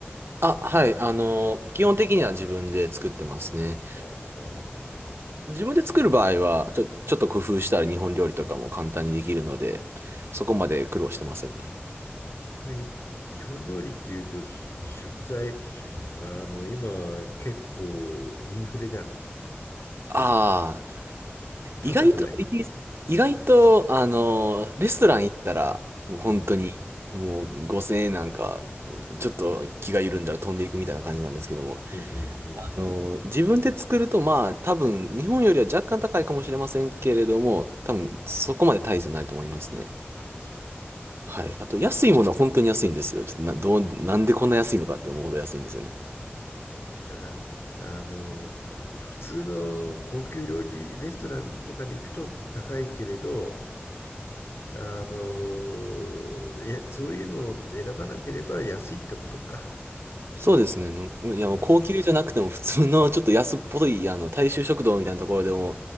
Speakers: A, on the right (about 70°); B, on the left (about 85°).
A: あ、はい。あの、基本的には自分で作ってますね。
B: ああ。
A: 自分で作る場合は、ちょ、ちょっと工夫したら日本料理とかも簡単にできるので、そこまで苦労してませんね。
B: ちなみに日本料理っていうとし食材、あの今結構インフレじゃん。
A: ああ、意外と、
B: 高くない
A: イギリス意外と、あの、レストラン行ったら、もう本当に、
B: うん
A: もう5000円なんか、ちょっと気が緩んだら飛んでいくみたいな感じなんですけども、
B: うんうんうん。
A: あの、自分で作ると、まあ、多分、日本よりは若干高いかもしれませんけれども、多分、そこまで大差ないと思いますね。
B: あ、そっか
A: はい。あと、安いものは本当に安いんですよ。ちょっとな、どう、なんでこんな安いのかって思うほど安いんですよね。
B: そっか。だから、あの、こ普通の高級料理レストランとかに行くと高いけれど、あの、え、そういうのを選ばなければ安いってことか。
A: そうですね。もういや、
B: うん
A: もう高級じゃなくても普通のちょっと安っぽい、あの、大衆食堂みたいなところでも、